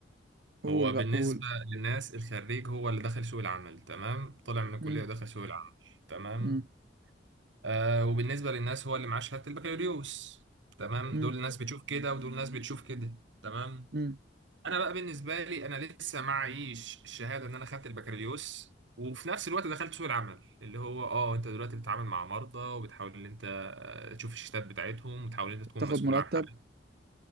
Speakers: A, on the right; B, on the right.
A: قول
B: هو
A: بقى
B: بالنسبه
A: قول
B: للناس الخريج هو اللي دخل سوق العمل تمام طلع من الكليه
A: مم.
B: ودخل سوق العمل تمام
A: مم.
B: آه وبالنسبه للناس هو اللي معاه شهاده البكالوريوس تمام
A: مم.
B: دول ناس بتشوف كده ودول ناس بتشوف كده تمام
A: مم.
B: انا بقى بالنسبه لي انا لسه معيش الشهاده ان انا خدت البكالوريوس وفي نفس الوقت دخلت سوق العمل اللي هو اه انت دلوقتي بتتعامل مع مرضى وبتحاول ان انت آه، تشوف الشتات بتاعتهم وتحاول ان انت تكون
A: تاخد
B: مسؤول
A: مرتب
B: عن حالات